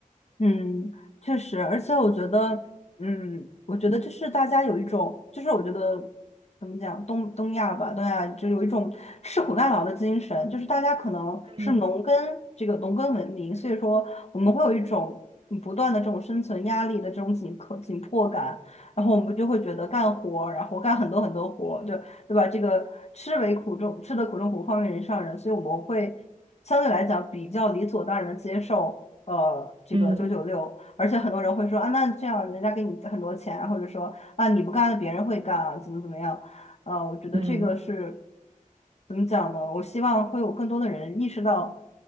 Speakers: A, on the left; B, on the right.
A: 嗯，确实，而且我觉得，嗯，我觉得就是大家有一种，就是我觉得怎么讲，东东亚吧，东亚就有一种吃苦耐劳的精神，就是大家可能是农耕这个农耕文明，
B: 的嗯
A: 所以说我们会有一种嗯不断的这种生存压力的这种紧迫紧迫感，然后我们就会觉得干活儿然后干很多很多活就对对吧？这个吃为苦中吃得苦中苦，方为人上人，所以我们会相对来讲比较理所当然的接受。呃这个九九六，
B: 嗯
A: 而且很多人会说啊，那这样人家给你很多钱，或者说啊你不干了，别人会干，啊，怎么怎么样？呃，我觉得这个是
B: 嗯
A: 怎么讲呢？我希望会有更多的人意识到，